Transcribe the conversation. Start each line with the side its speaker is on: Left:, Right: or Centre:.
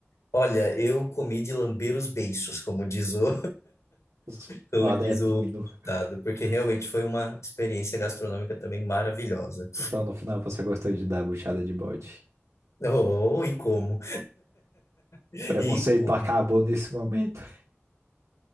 Left: Olha, eu comi de lamber os beiços, como diz o,
Right: Os
Left: como
Right: Nordestino.
Left: diz o dado, porque realmente foi uma experiência gastronômica também maravilhosa.
Right: Então, no final, você gostou de dar a buchada de bode.
Left: Oh, e como, e
Right: Preconceito
Left: como,
Right: acabou nesse momento.